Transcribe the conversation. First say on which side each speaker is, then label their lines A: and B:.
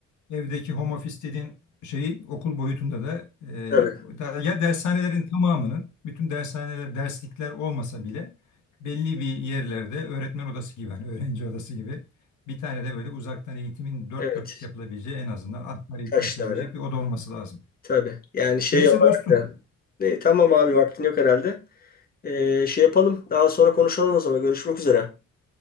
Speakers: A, on the left; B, on the left.
A: evdeki home office dediğin şeyi okul boyutunda da e,
B: Tabii.
A: da- ya dershanelerin tamamının bütün dershaneler derslikler olmasa bile belli bir yerlerde öğretmen odası gibi hani öğrenci odası gibi bir tane de böyle uzaktan eğitimin dört
B: Evet.
A: dörtlük yapılabileceği en azından asgari
B: Kaç
A: ihtiyaçları
B: tane?
A: görecek bir oda olması lazım.
B: Tabii. Yani şey
A: Neyse
B: olarak
A: dostum.
B: da. Ne, tamam abi vaktin yok herhalde. Ee, şey yapalım. Daha sonra konuşalım o zaman. Görüşmek üzere.